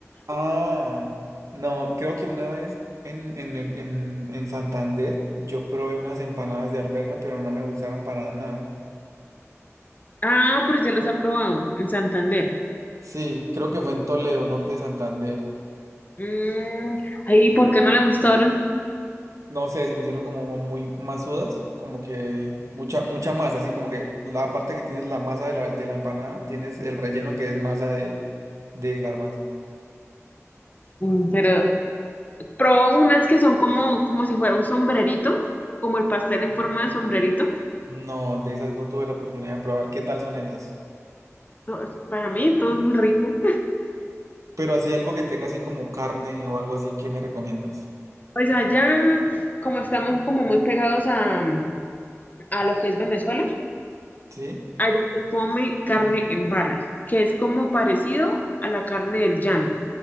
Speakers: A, on the right; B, on the left.
A: Ah, no, creo que una vez en, en, el- en, en Santander yo probé unas empanadas de arveja, pero no me gustaron para nada.
B: Ah, pero ya los he probado en Santander.
A: Sí, creo que fue en Toledo, norte de Santander.
B: Mm, ahí, ¿por qué no le gustaron?
A: No sé, se me hicieron como muy masudas, como que mucha, mucha masa, así como que la parte que tienes la masa de la, de la empanada, tienes el relleno que es masa de, de garbanzo.
B: Mm, Pero Probó unas que son como, como si fuera un sombrerito, como el pastel en forma de sombrerito.
A: No, de esas no tuve la oportunidad de probar. ¿Qué tal son esas?
B: No, Para mí todo es muy rico.
A: Pero así algo que tenga así como carne o algo así que me recomiendas.
B: Pues allá, como estamos como muy pegados a, a lo que es Venezuela,
A: ¿Sí?
B: allá se come carne en vara, que es como parecido a la carne del llano.